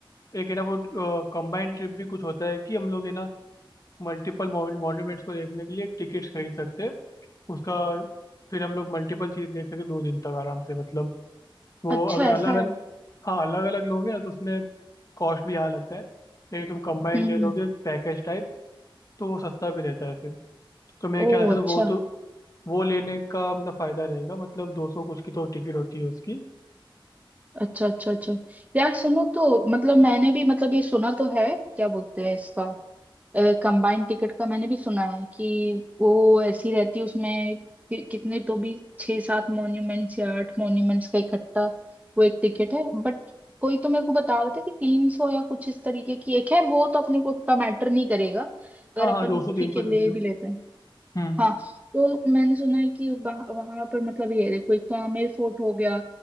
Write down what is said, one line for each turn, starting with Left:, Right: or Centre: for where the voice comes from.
Left: एक है ना वो कंबाइंड ट्रिप भी कुछ होता है कि हम लोग है ना मल्टीपल मॉन्यूमेंट्स को देखने के लिए टिकट्स खरीद सकते हैं उसका फिर हम लोग मल्टीपल चीज देख सकते हैं दो दिन तक आराम से मतलब वो
Right: अच्छा
Left: अगर अलग
Right: ऐसा है
Left: हाँ अलग अलग लोगे ना तो उसमें कॉस्ट भी यहाँ लगता है लेकिन तुम कंबाइंड
Right: हम्म
Left: ले
Right: हम्म।
Left: लोगे पैकेज टाइप तो वो सस्ता भी रहता है फिर तो मेरे ख्याल
Right: ओ
Left: से
Right: अच्छा
Left: तो वो तो वो लेने का मतलब फायदा रहेगा मतलब दो सौ कुछ की तो टिकट होती है उसकी
Right: अच्छा अच्छा अच्छा यार सुनो तो मतलब मैंने भी मतलब ये सुना तो है क्या बोलते हैं इसका कंबाइंड टिकट का मैंने भी सुना है कि वो ऐसी रहती है उसमें कि, कितने तो भी छह सात मॉन्यूमेंट्स या आठ मॉन्यूमेंट्स का इकट्ठा वो एक टिकट है बट कोई तो मेरे को बता रहा था कि तीन सौ या कुछ इस तरीके की एक है वो तो अपने को उतना मैटर नहीं करेगा अगर
Left: हाँ
Right: अपन
Left: हाँ दो सौ तीन
Right: ठीक
Left: सौ
Right: है
Left: जो
Right: ले
Left: भी हो
Right: भी लेते हैं
Left: हम्म
Right: हाँ तो मैंने सुना है कि वहां पर मतलब ये है, देखो एक तो आमेर फोर्ट हो गया